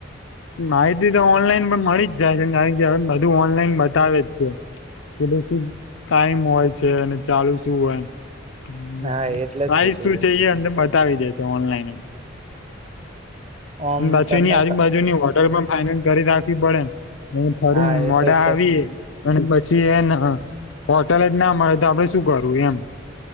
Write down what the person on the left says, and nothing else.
માહિતી તો ઓનલાઈન પણ મળી જ જાય છે કારણ કે હવે બધું ઓનલાઈન બતાવે જ છે કે ભઈ શું ટાઈમ હોય છે અને ચાલુ શું હોય. અમ્મ
નન
પ્રાઈઝ
શું છે ઈ અમને બતાવી દે શ તો ઓનલાઈન એમ.
બચું
ની આજુબાજુ
ની હોટલમાં અને ઘરે રાખવી પડે ન હું થરું
મોડા
આવીએ અને પછી એને હ હોટેલ જ ના મળે તો આપડે શું કરું એમ.